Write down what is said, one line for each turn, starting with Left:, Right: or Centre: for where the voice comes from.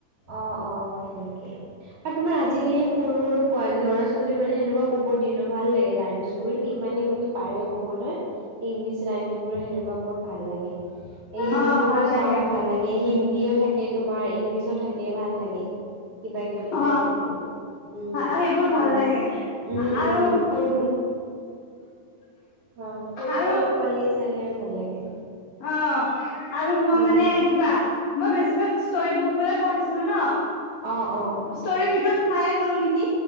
Right: অ অ হয় নেকি? আৰু তোমাৰ আজিকালি সৰু সৰু পোৱা ল'ৰা ছোৱালী। আচলতে মানে সেনেকুৱা ক'ব দিয়ে ন ভাল লাগে ৰাইমৰ্চ বোৰ ইমানে মানে পাৰে। ক'বলৈ ইংলিছ ৰাইমছবোৰ সেনেকুৱা বহুত ভাল লাগে। ইউটিউবতো
Left: অ ভাল
Right: চাওঁ
Left: লাগে
Right: ভাল লাগে হিন্দীও থাকে তোমাৰ ইংলিছও থাকে। এ ভাল লাগে কিবা কিবি
Left: অ
Right: চাই থাকো উম
Left: সেইবোৰ
Right: আৰু।
Left: ভাল লাগে
Right: উম উম
Left: আৰু
Right: সৰু ভোন হয় সৰু
Left: আৰু
Right: সৰু পোৱালীয়ে চালে আৰু ভাল লাগে।
Left: অ আৰু মই
Right: উম।
Left: মানে কিবা মই বেছিভাগ ষ্টৰি বুক বিলাক পঢ়িছিলোঁ ন।
Right: অ অ।
Left: তৰিৰ ভিতৰত সোমাই গ'লো নেকি